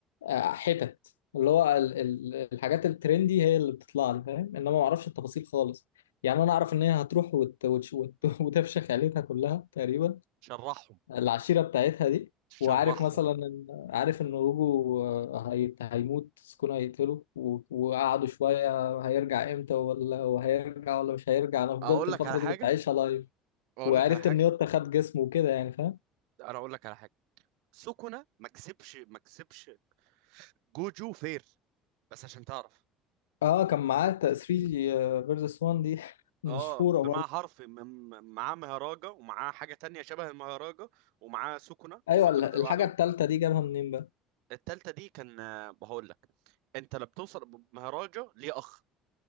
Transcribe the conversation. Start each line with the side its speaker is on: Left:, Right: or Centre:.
Left: آه، حتت اللي هو ال- ال- الحاجات الترندي هي اللي بتطلع لي فاهم انما ما اعرفش التفاصيل خالص يعني انا اعرف ان هي هتروح وت... وتش... وت... <laughs> وتفشخ عيلتها كلها تقريبا
Right: شرحهم
Left: العشيره بتاعتها دي
Right: شرحهم
Left: وعارف مثلا ان عارف ان وجو آه، هيت... هيموت سكون هيقتله و... وقعدوا شويه هيرجع امتى ولا وهيرجع ولا مش هيرجع انا فضلت
Right: اقول
Left: الفتره
Right: لك على حاجه
Left: دي كنت عايشها لايف
Right: اقول
Left: وعرفت
Right: لك على حاجه
Left: ان يوتا خد جسمه وكده يعني فاهم
Right: انا اقول لك على حاجه سوكونا ما كسبش ما كسبش جوجو فير بس عشان تعرف
Left: اه كان معاه 3 فيرسس 1 دي <laughs> مشهوره
Right: اه بمعنى حرف م- م- معاه مهراجة ومعاه حاجة تانية شبه المهراجة ومعاه سكنة
Left: ايوه
Right: سكنة
Left: ال- الحاجه
Right: ده لوحده
Left: التالتة دي جابها منين بقى
Right: التالتة دي كان آه، هقول لك انت لما بتوصل ب- مهراجة ليه اخ